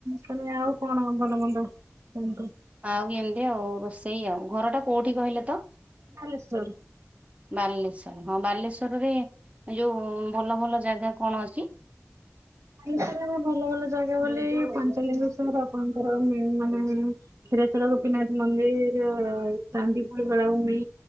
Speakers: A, on the right; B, on the right.
A: ତମେ ଆଉ କଣ ଭଲ ମନ୍ଦ କୁହନ୍ତୁ?
B: ଆଉ ଏମିତି ଆଉ ରୋଷେଇ ଆଉ ଘର ଟା କୋଉଠି କହିଲେ ତ?
A: ବାଲେଶ୍ୱର।
B: ବାଲେଶ୍ଵର ହଁ ବାଲେଶ୍ଵରରେ ଯୋଉ ଭଲ ଭଲ ଜାଗା କଣ ଅଛି?
A: ବାଲେଶ୍ୱରରେ ଭଲ ଭଲ ଜାଗା ବୋଲି ପାଞ୍ଚଲିଙ୍ଗେଶ୍ୱର ଆପଣଙ୍କର ମ ମାନେ କ୍ଷୀରଚୋରା ଗୋପୀନାଥ ମନ୍ଦିର୍ ଚାନ୍ଦିପୁର ବେଳାଭୂମି।